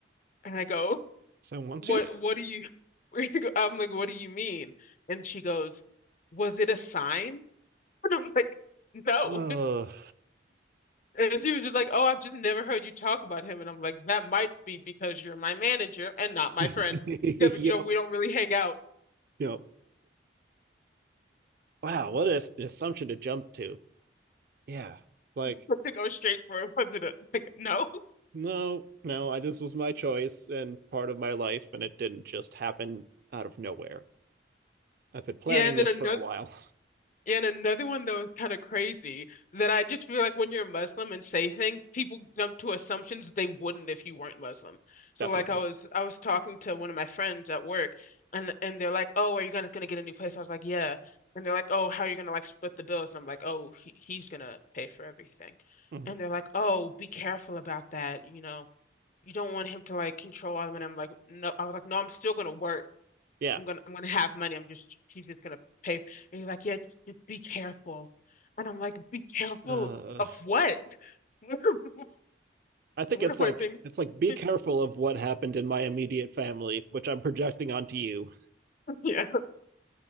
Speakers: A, on the left; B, on the right.
A: And I go,
B: Someone want
A: "What?
B: to?
A: What do you?" <laughs> I'm like, "What do you mean?" And she goes, "Was it a sign?" <laughs> And I'm like, "No."
B: Oh,
A: And she was just like, "Oh, I've just never heard you talk about him." And I'm like, "That might be because you're my manager and not
B: <laughs>
A: my friend, because you know we
B: yep,
A: don't really hang out."
B: yep. Wow, what an assumption to jump to. Yeah, like,
A: <laughs> To go straight for it, wasn't it? Like, no.
B: no, no, I, this was my choice and part of my life, and it didn't just happen out of nowhere. I've been planning
A: Yeah, and
B: this
A: then another.
B: for a while,
A: And another one that was kind of crazy that I just feel like when you're Muslim and say things, people jump to assumptions they wouldn't if you weren't Muslim. So
B: <laughs> definitely.
A: like I was I was talking to one of my friends at work and and they're like, "Oh, are you gonna gonna get a new place?" I was like, "Yeah." And they're like, "Oh, how are you gonna like split the bills?" And I'm like, "Oh, he, he's gonna pay for everything."
B: Mhm.
A: And they're like, "Oh, be careful about that, you know. You don't want him to like control all of it." And I'm like, "No." I was like, "No, I'm still gonna work."
B: Yeah.
A: I'm gonna I'm gonna have money. I'm just he's just gonna pay. And you're like, yeah, just, just be careful. And I'm like, be careful
B: Uh,
A: of what? <laughs>
B: I think
A: What
B: it's
A: am
B: like
A: I being?
B: it's like be
A: <laughs>
B: careful of what happened in my immediate family, which I'm projecting onto you.
A: Yeah,